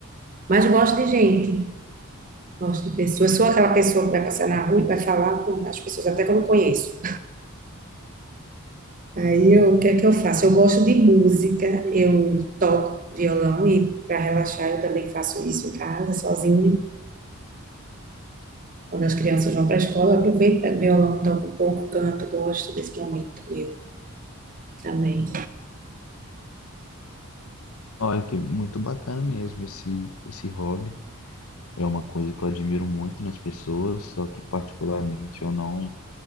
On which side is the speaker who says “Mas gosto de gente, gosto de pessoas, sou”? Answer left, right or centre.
Right